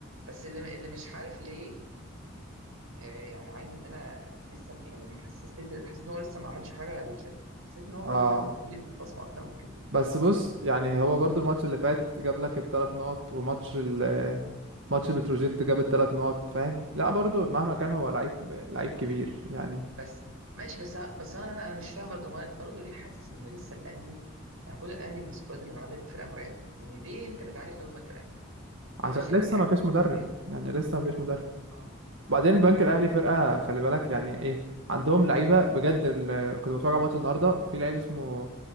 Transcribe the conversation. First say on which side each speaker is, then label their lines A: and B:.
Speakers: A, on the right; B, on the right.
A: بس اللي اللي مش عارف ليه آه يعني عايز ان انا لسه يعني ما حسيت حسيت ان هو لسه ما عملش حاجه يا بن شرقي حسيت ان هو
B: اه
A: برده كان المفروض يبقى بصمه اكتر من كده
B: بس بص يعني هو برضو الماتش اللي فات جاب لك الثلاث نقط وماتش ال ماتش بتروجيت جاب الثلاث نقط فاهم لا برضو مهما كان هو لعيب لعيب كبير يعني
A: بس ماشي بس بس انا انا مش فاهم برضه هو برضه ليه حاسس ان لسه الاهلي يعني المفروض الاهلي بالسكواد اللي معاه ده يبقى فرقه مرعبه يعني ليه انت بتعاني قدام البنك الاهلي اه
B: عشان
A: ماشي البنك
B: لسه
A: الاهلي
B: ما فيش
A: فرقه
B: مدرب
A: قويه
B: يعني لسه ما فيش مدرب
A: اه
B: وبعدين البنك الاهلي فرقة خلي بالك يعني ايه عندهم لعيبة بجد ال- كنت بتفرج على ماتش النهاردة في لعيب اسمه